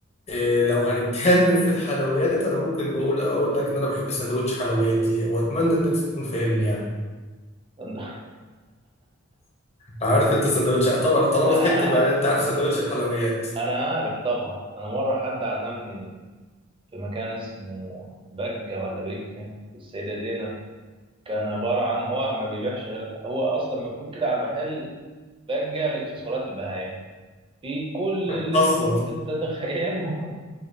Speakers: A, on the left; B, on the right.
A: أه لو هنتكلم في الحلويات أنا ممكن بقول أقول لك إن أنا بحب سندوتش حلوياتي وأتمنى إن أنت تكون فاهمني يعني
B: <laughs> انا
A: عارف أنت سندوتش آه، طبعا طالما
B: عارف
A: ضحكت يبقى أنت عارف سندوتش الحلويات
B: انا عارف طبعا انا مرة حد عزمني في مكان اسمه بجة ولا بجة في السيدة زينب كان عبارة عن هو ما بيبيعش غير هو اصلا مكتوب كده على المحل بجة لاكسسوارات البهايم في كل
A: <laughs>
B: اللي
A: أصلا
B: انت ممكن تتخيله <laughs>